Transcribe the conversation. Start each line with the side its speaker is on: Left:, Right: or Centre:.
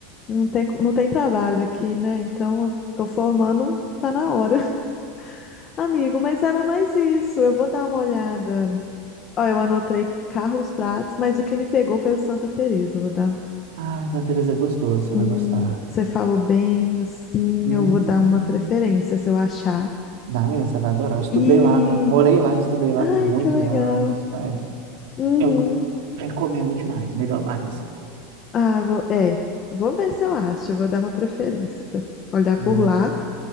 Left: Não tem, co- não tem trabalho aqui, né? Então eu tô formando, tá na hora. <laughs> Amigo, mas era mais isso. Eu vou dar uma olhada. Ó, eu anotei Carlos Prates, mas o que me pegou foi o Santa Teresa. Eu vou dar.
Right: Ah, Santa Teresa é gostoso, você vai
Left: Hum,
Right: gostar.
Left: você falou bem, assim,
Right: Hum,
Left: eu vou dar uma preferência se eu achar.
Right: dá mesmo, você vai adorar. Eu estudei
Left: E.
Right: lá, né? Morei lá, estudei lá
Left: Ai,
Right: por muitos
Left: que legal.
Right: anos. Ah, é.
Left: Uhum.
Right: Eu recomendo demais, melhor bairro assim.
Left: Ah, vou, é, vou ver se eu acho, eu vou dar uma preferência pra olhar
Right: né?
Left: por lá.